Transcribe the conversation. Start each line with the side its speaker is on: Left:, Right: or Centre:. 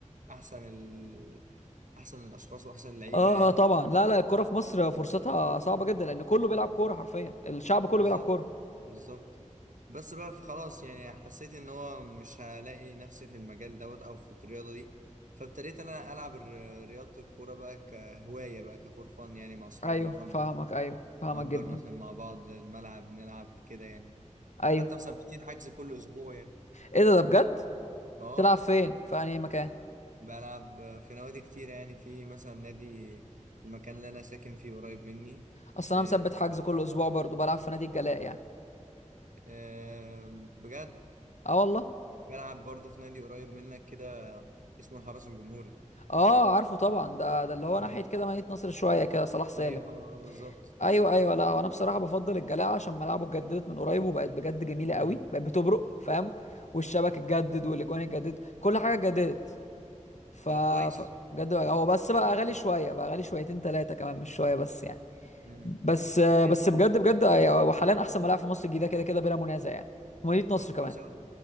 Right: احسن ال... احسن الاشخاص واحسن اللعيبه
Left: اه
Right: يعني
Left: اه طبعا لا لا الكوره في مصر فرصتها صعبه جدا لان كله بيلعب كوره حرفيا الشعب كله
Right: بالظبط
Left: بيلعب كوره
Right: بالظبط بس بقى في خلاص يعني حسيت ان هو مش هلاقي نفسي في المجال دوت او في الرياضه دي فابتديت انا العب الر- رياضه الكوره بقى كهوايه بقى كفور فن يعني مع اصحابي
Left: ايوه
Right: نأجر
Left: فاهمك ايوه فاهمك
Right: نأجر
Left: جدا
Right: مثلا مع بعض الملعب نلعب كده يعني
Left: ايوه
Right: حتى مثبتين حجز كل اسبوع يعني
Left: ايه ده ده بجد
Right: اه
Left: تلعب فين في انهي مكان
Right: بلعب في نوادي كتير يعني في مثلا نادي في المكان اللي انا ساكن فيه قريب مني
Left: اصل
Right: آه،
Left: انا مثبت حجز كل اسبوع برضه بلعب في نادي الجلاء يعني
Right: آه، بجد
Left: اه والله
Right: بلعب برضه في نادي قريب منك كده اسمه الحرس الجمهوري
Left: اه عارفه طبعا ده ده اللي هو
Right: اه
Left: ناحيه كده مدينه نصر شويه كده صلاح سالم
Right: ايوه اه آه، بالظبط
Left: ايوه ايوه لا هو انا بصراحه بفضل الجلاعه عشان ملاعبه اتجددت من قريب وبقت بجد جميله
Right: مم.
Left: قوي بقت بتبرق فاهم والشبك اتجدد والاجوان اتجددت كل حاجه اتجددت ف
Right: طب
Left: ف-
Right: كويس
Left: بجد بقى- هو بس بقى غالي شويه بقى غالي شويتين ثلاثه كمان مش شويه بس يعني
Right: مم.
Left: بس بس
Right: حلو.
Left: بجد بجد هو حاليا احسن ملاعب في مصر الجديده كده كده بلا منازع يعني مدينه
Right: طب
Left: نصر كمان
Right: كويس أوي